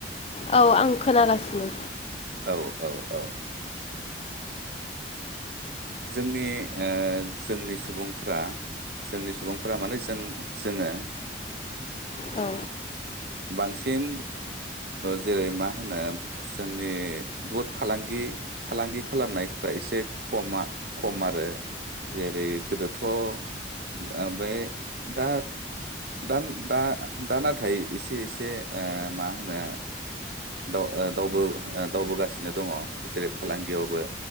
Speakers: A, on the left; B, on the right.
A: औ औ आं खोनागासिनो
B: औ औ औ। जोंनि जोंनि सुबुंफोरा जोंनि सुबुंफोरा माने जों जोङो
A: औ
B: बांसिन जेरै मा होनो जोंनि भुट फालांगि फालांगि खालामनायफ एसे खमा खम आरो जेरै गोदोथ' ओमफ्राय दा द दा दा नाथाय एसे एसे मा होनो द दावगासिनो दङ जेरै फालांगियावबो